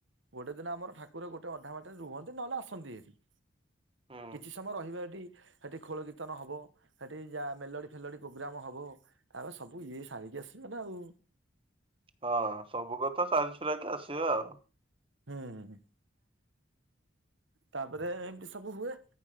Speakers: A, on the right; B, on the right.
A: ଗୋଟେ ଦିନ ଆମର ଠାକୁର ଗୋଟେ ଅଧା ବାଟରେ ରୁହନ୍ତି ନହେଲେ ଆସନ୍ତି ଏଠି।
B: ହୁଁ।
A: କିଛି ସମୟ ରହିବା ଏଠି ହେଠି ଖୋଳ କୀର୍ତନ ହବ ହେଠି ଯାହା ମେଲୋଡ଼ି ଫେଲୋଡ଼ି ପ୍ରୋଗ୍ରାମ ହେବ। ଆଉ ସବୁ ଇଏ ଶାରିକି ଆସିବେ ନା ଆଉ।
B: ହଁ ସବୁ କଥା ସାରି ସୁରାକି ଆସିବା ଆଉ।
A: ହୁଁ ତାପରେ ଏମିତି ସବୁ ହୁଏ